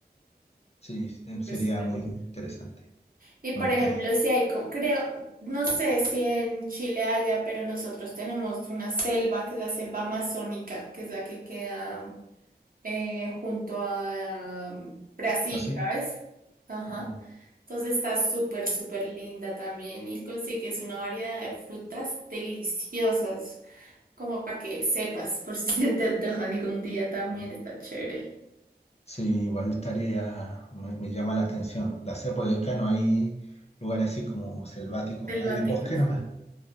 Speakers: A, on the left (about 40°); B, on the right (about 55°).
A: sí, eh,
B: Súper,
A: sería
B: súper
A: muy
B: lindo.
A: interesante,
B: Y por
A: me gustaría.
B: ejemplo, si hay, co- creo, no sé si en Chile haya, pero nosotros tenemos una selva, que es la selva amazónica, que es la que queda eh, junto a um, Brasil,
A: ¿Así?
B: ¿sabes? Ajá.
A: Mm,
B: Entonces está súper, súper linda también y consigues una variedad de frutas deliciosas. como para que sepas, por si <laughs> se te antoja algún día también
A: mm.
B: está chévere.
A: Sí, igual tarea me, me llama la atención. La sé porque acá no hay lugares así como selváticos,
B: Selváticos.
A: hay de bosque nomás.